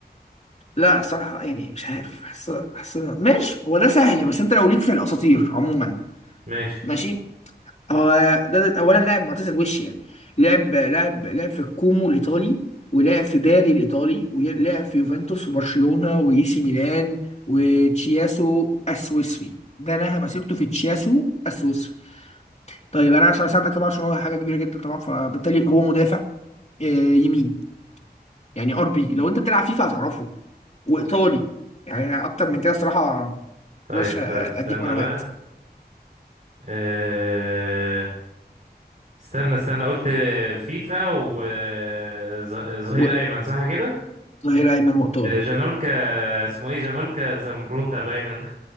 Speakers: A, on the left (about 40°); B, on the right (about 50°).
A: لا صراحه يعني مش عارف حاسس حاسس ماشي هو ده سهل بس انت لو ليك في الاساطير عموما
B: ماشي
A: ماشي هو ده, ده اولا لاعب معتزل وش يعني لعب لعب لعب في الكومو الايطالي ولعب في باري الايطالي ولعب في يوفنتوس وبرشلونه واي سي ميلان وتشياسو السويسري ده نهى مسيرته في تشياسو السويسري طيب انا عشان اساعدك طبعا عشان هو حاجه كبيره جدا طبعا فبالتالي هو مدافع آه، يمين يعني ار بي لو انت بتلعب فيفا هتعرفه وايطالي يعني أنا اكتر من كده الصراحه
B: طيب
A: مقدرش اديك
B: طيب استنى
A: معلومات
B: بقى آه... استنى استنى قلت فيفا وظهير
A: و-
B: ايمن صح كده
A: ظهير ايمن وايطالي
B: جانولكا اسمه ايه جانولكا زمبروتا باين ولا-